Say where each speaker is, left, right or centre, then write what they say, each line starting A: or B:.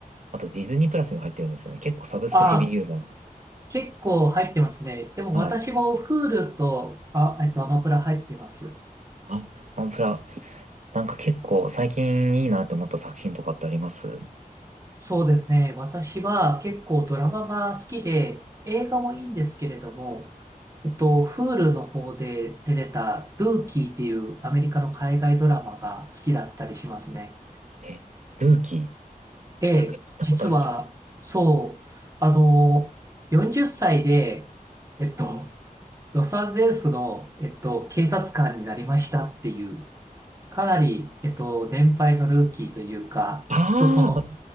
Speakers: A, on the right (about 55°); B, on the right (about 20°).
A: あとディズニープラスにも入ってるんですよね。結構サブスクヘビーユーザーなんです。
B: あ、結構入ってますね。でも私も
A: はい。
B: Hulu と、あ、えっと、アマプラ入ってます。
A: あ、アンプラ、なんか結構最近いいなって思った作品とかってあります
B: そうですね。私は結構ドラマが好きで、映画もいいんですけれども、えっと、Hulu の方で出てたルーキーっていうアメリカの海外ドラマが好きだったりしますね。
A: え、ルーキ
B: ええ、
A: ー、なんか聞いたことある気がする。
B: 実は、そう、あの、40歳で、えっと、ロサンゼルスの、えっと、警察官になりましたっていう、かなり、えっと、年配のルーキーというか、
A: ああ、
B: その、
A: ま